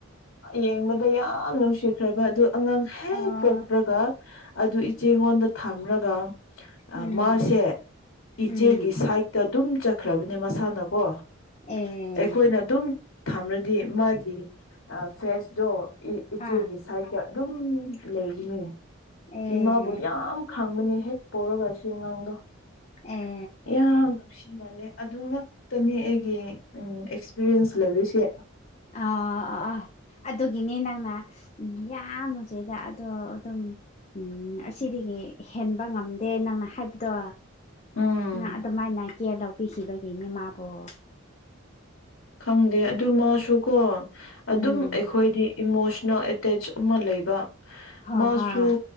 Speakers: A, on the left (about 65°); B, on the left (about 35°).
A: ꯌꯦꯡꯕꯗ ꯌꯥꯝ ꯅꯨꯡꯁꯤꯈ꯭ꯔꯕ ꯑꯗꯨ ꯑꯉꯥꯡ ꯍꯦꯛ
B: ꯑꯥ
A: ꯄꯣꯛꯄ꯭ꯔꯒ ꯑꯗꯨ ꯏꯆꯦꯉꯣꯟꯗ ꯊꯝꯂꯒ
B: ꯎꯝ
A: ꯃꯥꯁꯦ ꯏꯆꯦꯒꯤ
B: ꯎꯝ
A: ꯁꯥꯏꯗꯠꯇ ꯑꯗꯨꯝ ꯆꯠꯈ꯭ꯔꯕꯅꯦ ꯃꯁꯥꯅꯀꯣ ꯑꯩꯈꯣꯏꯅ
B: ꯑꯦ
A: ꯑꯗꯨꯝ ꯊꯝꯃꯗꯤ ꯃꯥꯒꯤ ꯐꯦꯁꯇꯣ ꯏꯆꯦꯒꯤ
B: ꯑꯥ
A: ꯁꯥꯏꯗꯠꯇ ꯑꯗꯨꯝ ꯂꯩꯈꯤꯅꯤ
B: ꯑꯦ
A: ꯏꯃꯥꯕꯨ ꯌꯥꯝ ꯍꯥꯡꯕꯅꯤ ꯍꯦꯛ ꯄꯔꯒ ꯁꯤ ꯑꯉꯥꯡꯗꯣ
B: ꯑꯦ
A: ꯌꯥꯝ ꯅꯨꯡ ꯏꯃꯜꯂꯦ ꯑꯗꯨ ꯉꯛꯇꯅꯤ ꯑꯩꯒꯤ ꯑꯦꯛꯁꯄꯤꯔꯤꯌꯦꯟꯁ ꯂꯩꯔꯤꯁꯦ
B: ꯑ ꯑ ꯑ ꯑꯗꯨꯒꯤꯅꯦ ꯅꯪꯅ ꯌꯥꯝꯃꯨꯁꯤꯗ ꯑꯗꯣ ꯑꯗꯨꯝ ꯎꯝ ꯑꯁꯤ ꯍꯦꯟꯕ ꯉꯝꯗꯦ ꯅꯪꯅ ꯍꯥꯏꯕꯗꯣ
A: ꯎꯝ
B: ꯅ ꯑꯗꯨꯃꯥꯏꯅ ꯀꯦꯌꯔ ꯂꯧꯕꯤꯈꯤꯕꯒꯤꯅꯦ ꯃꯥꯕꯨꯣ
A: ꯈꯪꯗꯦ ꯑꯗꯨꯃꯁꯨ ꯀꯣ
B: ꯎꯝ
A: ꯑꯗꯨꯝ ꯑꯩꯈꯣꯏꯗꯤ ꯏꯃꯣꯁꯅꯦꯜ ꯑꯃ ꯂꯩꯕ
B: ꯍꯣꯏ
A: ꯃꯥꯁꯨ
B: ꯍꯣꯏ